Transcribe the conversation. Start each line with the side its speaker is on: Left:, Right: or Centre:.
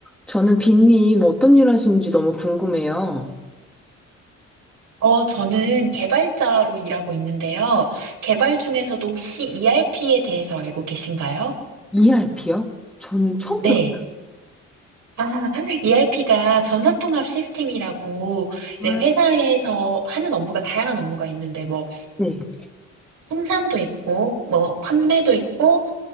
Centre: 저는 빈님 어떤 일 하시는지 너무 궁금해요.
Right: 어, 저는 개발자로 일하고 있는데요. 개발 중에서도 혹시 ERP에 대해서 알고 계신가요?
Centre: ERP요? 저는 처음
Right: 네.
Centre: 들어요.
Right: 아, <laughs> ERP가 전사통합 시스템이라고 이제
Centre: 아,
Right: 회사에서 하는 업무가 다양한 업무가 있는데 뭐
Centre: 네.
Right: 생산도 있고 뭐 판매도 있고